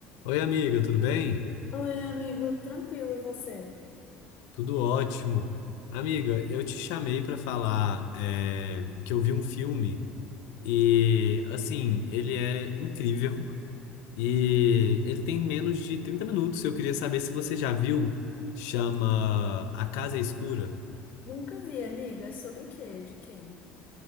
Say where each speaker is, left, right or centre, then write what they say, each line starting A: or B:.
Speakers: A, on the left; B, on the left.
A: Oi, amiga, tudo bem?
B: Oi, amigo, tranquilo, e você?
A: Tudo ótimo. Amiga, eu te chamei para falar é, que eu vi um filme e, assim, ele é incrível e ele tem menos de 30 minutos. Eu queria saber se você já viu. Chama A Casa Escura.
B: Nunca vi, amigo. É sobre o quê? De quem?